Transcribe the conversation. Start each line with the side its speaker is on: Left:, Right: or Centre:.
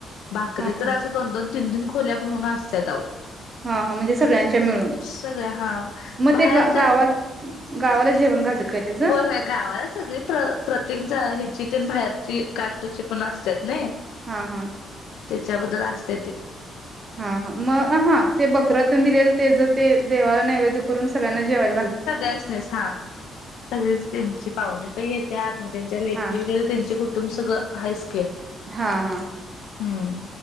Left: भाकरी
Right: हा
Left: तर
Right: हा
Left: असं दोन दोन तिन तिन खोल्या भरून असत्यात आहो.
Right: हा हा म्हणजे सगळ्यांच्या मिळून
Left: सगळ्या हा
Right: मग
Left: बाहेरच्या
Right: ते गावा गावाला जेवण घालतात. काय त्याचं
Left: होय होय गावाला सगळी प्र प्रत्येक ह बाहेरचे काष्टचे पण असतात नाही.
Right: हा हा.
Left: त्याच्याबद्दल असतय.
Right: हा हा मग हा ते बक्र दिलेलं ते ज ते देवाला नैवेद्य करून सगळ्याना.
Left: सगळच असतय हा सगळेच त्यांची पाहुणे पई येत्यात. मग त्यांच्या लेकी
Right: हा
Left: वगैरे त्यांचे कुठ? तुम सगळं आहे स्केल.
Right: हा हा.
Left: हम्म